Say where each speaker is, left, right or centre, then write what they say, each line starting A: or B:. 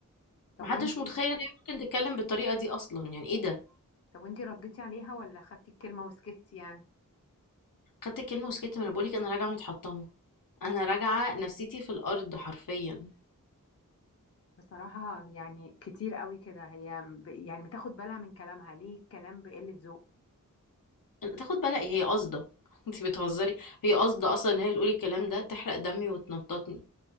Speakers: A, on the left; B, on the left.
A: طب
B: محدش
A: وانتي
B: متخيل ان هي ممكن تتكلم بالطريقه دي اصلا يعني ايه ده
A: طب وانتي رديتي عليها ولا خدتي الكلمة وسكتي يعني
B: خدت الكلمه وسكت ما انا بقولك انا راجعه متحطمه انا راجعه نفسيتي في الارض حرفيا
A: بصراحة يعني كتير قوي كده هي ب- يعني بتاخد بالها من كلامها ليه الكلام بقلة ذوق
B: تاخد بالك هي قاصده <laughs> انت بتهزري هي قاصده اصلا ان هي تقولي الكلام ده تحرق دمي وتنططني